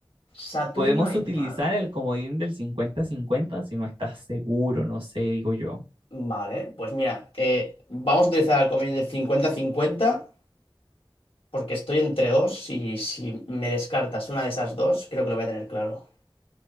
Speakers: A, on the left; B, on the right.
A: Saturno
B: Podemos
A: y
B: utilizar
A: Marte.
B: el comodín del cincuenta-cincuenta si no estás seguro, no sé, digo yo.
A: Vale, pues mira, eh, vamos a utilizar el convenio de cincuenta-cincuenta porque estoy entre dos y si me descartas una de esas dos, creo que lo voy a tener claro.